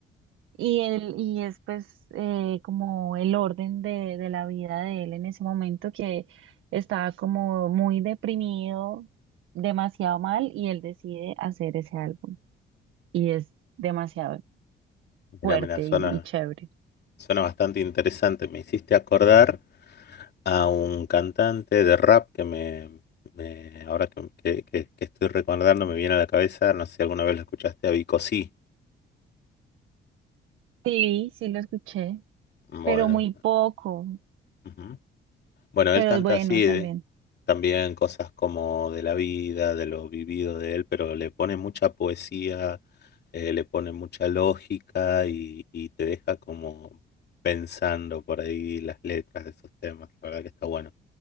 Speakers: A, on the right; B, on the left.
A: y, él, y es pues eh, como el orden de, de la vida de él en ese momento que estaba como muy deprimido, demasiado mal y él decide hacer ese álbum y es demasiado
B: Mira,
A: fuerte
B: mira, suena,
A: y, y chévere.
B: suena bastante interesante. Me hiciste acordar a un cantante de rap que me, me- ahora que, que- que- que estoy recordando me viene a la cabeza, no sé si alguna vez lo escuchaste, a Vico Sí.
A: Sí, sí lo escuché,
B: Bueno.
A: pero muy poco,
B: ujú. Bueno,
A: pero
B: él canta
A: es bueno
B: así,
A: también.
B: de- también cosas como de la vida, de lo vivido de él, pero le pone mucha poesía, eh, le pone mucha lógica y, y te deja como pensando por ahí las letras de esos temas. La verdad que está bueno.